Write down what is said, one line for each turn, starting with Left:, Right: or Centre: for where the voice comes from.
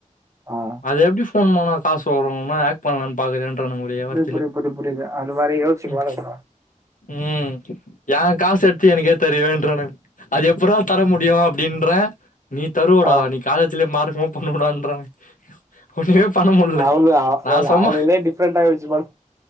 Right: ஆ
Left: அது எப்டி ஃபோன் பண்ணா காசு வருனு ஆக்ட் பண்லான்னு பாக்குறியான்றானுங்க ஒரே வார்த்தையில
Right: புரி புரி புரி புரியுது அது மாரி யோசிச்சுக்குவானுங்கோ
Left: ம் ம் ஏ காசு எத்து எனக்கே தருவியான்றானுங்க அது எப்புரா தர முடியு அப்டீன்ற நீ தருவடா
Right: ஆ
Left: நீ காலேஜ்லே மார்கமா பண்ணகூடாதுன்றாங்க ஒன்னுமே பண்ண முல்ல
Right: அவனு
Left: நா
Right: இல்ல
Left: சும்மா
Right: அவனுங்களே டிஃப்ரெண்டா யோசிப்பானு